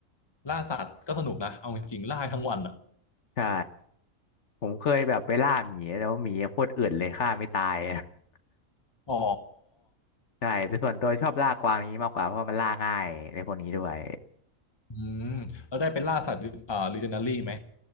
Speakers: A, on the left; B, on the left.
A: ล่าสัตว์ก็สนุกนะเอาจริงๆล่าทั้งวันอะ
B: ใช่ผมเคยแบบไปล่าหมีแต่ว่าหมีโคตรอืดเลยฆ่าไม่ตายอะ <laughs>
A: อ๋อ
B: ใช่แต่ส่วนตัวชอบล่ากวางนี้มากกว่าเพราะว่ามันล่าง่ายในพวกนี้ด้วย
A: อืมแล้วได้เป็นล่าสัตว์อ่าลิเจนดารี่ไหม